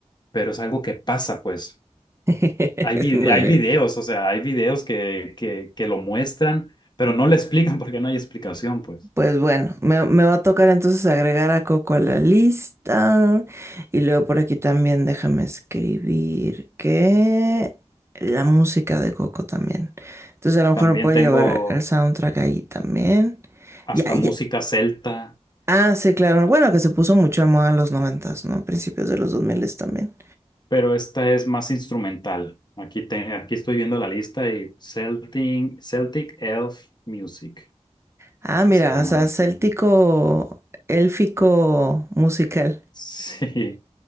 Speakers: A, on the left; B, on the right.
A: pero es algo que pasa, pues.
B: <laughs>
A: Hay, vide-
B: Muy
A: hay
B: bien.
A: videos, o sea, hay videos que, que, que lo muestran, pero no le explican <laughs> porque no hay explicación, pues.
B: Pues bueno, me, me va a tocar entonces agregar a Coco a la lista. Y luego por aquí también déjame escribir que la música de Coco también. Entonces a lo mejor
A: También
B: me puedo
A: tengo
B: llevar el soundtrack ahí también.
A: hasta
B: Ya, ya,
A: música celta,
B: Ah, sí, claro. Bueno, que se puso mucho de moda en los noventas, ¿no? Principios de los dos miles también.
A: pero esta es más instrumental. Aquí, te- aquí estoy viendo la lista y Celtic, Celtic Elf Music
B: Ah, mira,
A: se llama
B: o sea,
A: esta.
B: céltico,
A: <laughs>
B: élfico musical.
A: Sí,